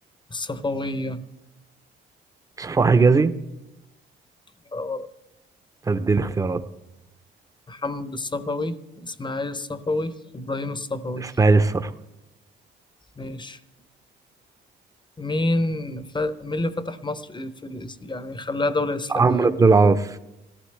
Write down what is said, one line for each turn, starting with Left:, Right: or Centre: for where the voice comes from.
Left: الصفوية
Right: صفاء حجازي
Left: يبقى ورا.
Right: طب اديني اختيارات
Left: محمد الصفوي إسماعيل الصفوي إبراهيم الصفوي
Right: إسماعيل الصفا
Left: ماشي مين ف... مين اللي فتح مصر في الإس... يعني خلاها دولة إسلامية
Right: عمرو
Left: مين؟
Right: بن العاص